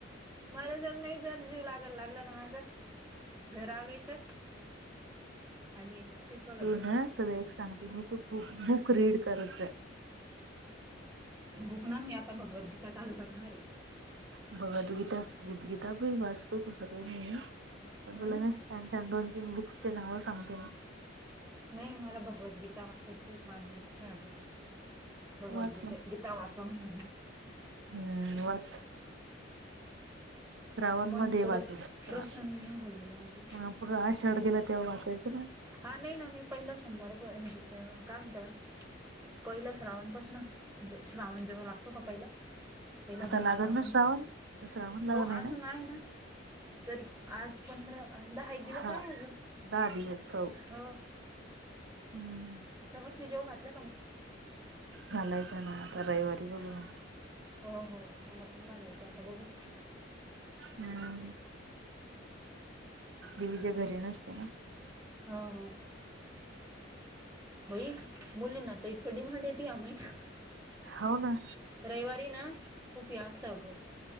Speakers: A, in the centre; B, on the right.
A: मला जर नाही जर जीव लागायल लागला ना माझा घर आवरायचं आणि तेच बघत
B: तू
A: बस
B: ना एक सांग मी तू बुक बुक रीड करत जा.
A: बुक ना मी आता भगवद्गीता चालू करणारे.
B: भगवद् गीताच् गीतगीताबी वाच तू तसं काय नी. पण
A: हम्म
B: तुला मी असं् छान छान दोन तीन बुक्स चे नावं सांगते मी.
A: नई मला भगवद्गीता वाचायची माझी इच्छाय आता खूप भगवद्गीता
B: वाच ना
A: गीत् ता वाचव म्हणु
B: हम्म वाच. श्रावण
A: मन
B: मदे
A: थोडं
B: वाचेल श्रा
A: प्रसन्न होईल माझं.
B: हा पूरा आशाड गेला तेव्हा वाचायचं ना.
A: हा नई ना मी पईला सोमवार म्हणजे, काय म्हणता? पईला श्रावणपासनंच म्हणजे श्रावण जेव्हा लागतो का पईला पईला
B: आता
A: दिवस
B: लागल
A: स्रावांचा,
B: ना श्रावण तर श्रावण लागल
A: हो
B: नाही
A: अजून आहे ना. तरी आठ पंधरा अ दहा एक दिवस
B: हा
A: आहे अजून,
B: दहा दिवस
A: हो.
B: हम्म.
A: सवासनी जेवु घातल्या का मंग?
B: घालायचं ना आता रईवारी बघुया.
A: हो हो मला पण घालायच्या आता बघू.
B: हम्म. दिवीजा घरी नसते ना.
A: हं हं. बई मुलींना त इतकं डिमांड येते ह्या महीन्यात्
B: हाव न.
A: रईवारी ना खूप या अस्त अगं.